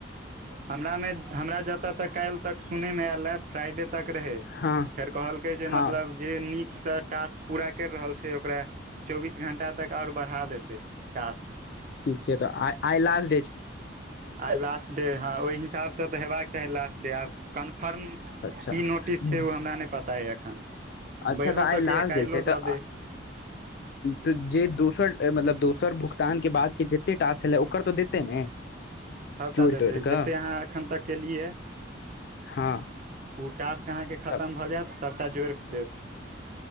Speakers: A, on the right; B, on the left.
A: हमरा मे हमरा जतऽ तक काईल‌ तक सुनय मे एला फ्राइडे तक रहै
B: हँ
A: फेर कहलकै जे
B: हँ
A: मतलब जे नीकसँ टास्क पूरा करि रहल छै ओकरा चौबीस घण्टा तक आउरा बड़हा देतै टास्क
B: ठीक छै तऽ आइ आई लाल
A: आइ लास्ट डे हँ ओई हिसाबसँ तऽ हेबाक चाही लास्ट डे आब कन्फर्म
B: अच्छा
A: की नोटिस छै ओ हमरा नै पता यऽ एखन
B: अच्छा
A: बढ़िओ
B: तऽ आइ
A: सकैए
B: लास्ट
A: काल्हिओ
B: डे छै तऽ
A: दऽ दै
B: तऽ जे दोसर मतलब दोसर भुगतान केँ बाद केँ जते टास्क छलै ओकर तऽ देतै ने
A: सबटा
B: जोड़ि
A: देतै
B: तोड़ि कऽ
A: जते अहाँ एखन तक केलियै
B: हँ
A: उ टास्क अहाँकेँ खतम
B: सब
A: भऽ जैत सबटा जोड़ कऽ देत